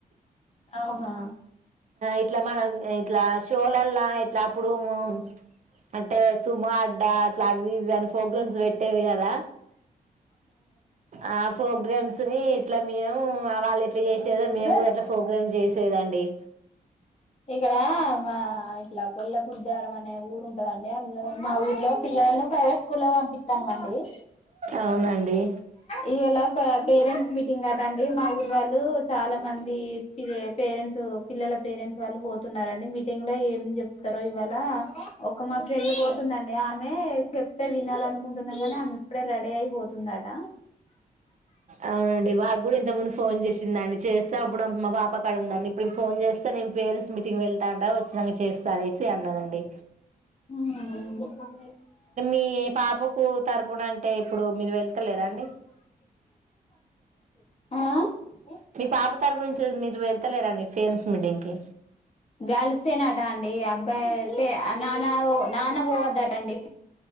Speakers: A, on the left; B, on the right.
A: అవునా
B: ఇట్లా మన ఇట్లా షోలల్లా ఇట్లా ప్పుడు వుమం అంటే సుమా అడ్డా అట్లా అవి ఇవి అన్న ఫోగ్రామ్స్ పెట్టేది కదా ఆ ఫో జల్స్ ని ఇట్లా మేము వాళ్ళు ఎట్లా చేసేదో మేము
A: ఆ
B: కూడా అట్లా ప్రోగ్రామ్ చేస్ <unintelligible> దండి
A: ఇక్కడ మా ఇట్లా గొల్లపుద్దారం అనే ఊరుంటదండి యార్ నిలబడ్ మా ఊర్లో పిల్లలను ప్రైవేట్ స్కూల్లో పంపిత్తానమండి
B: అవునండి
A: ఇయ్యేలా పేరెంట్స్ మీటింగ్ కదండి మా ఊర్ వాళ్ళు చాలా మంది పేరెంట్స్ పిల్లల పేరెంట్స్ ళ్ళు పోతున్నారని మీటింగ్ ల ఏం చెప్తారో ఇవాళ ఒక మా ఫ్రెండ్ పోతున్ ఆమె చెప్తే వినాలనుకుంటున్నా కాని ఆమె ఇప్పుడే రెడీ అయిపోతుందట
B: అవునండి మాకు కూడా ఇంత ముందు ఫోన్ చేసిందండి చేస్తే ఇప్పుడు మా పాపక్కడ ఉందండి ఇప్పుడు నను ఫోన్ చేస్తే నేను పేరెంట్స్ మీటింగ్కి వెళ్తాండా వచ్చినాక చేస్తా అనేసి అన్నదండి
A: అ <unintelligible> <unintelligible>
B: టీ పాపు టు తరపున అంటే ఇప్పుడు మీరు వెళ్తేలేరండి
A: ఆ
B: మీ పాప తరపు నుంచి మీరు వెళ్ క్కలేరండి పేరెంట్స్ మీటింగ్కి
A: గర్ల్సేనట అండి అబ్బాయి టే ఆ నానా నాన్న పోవద్దటండి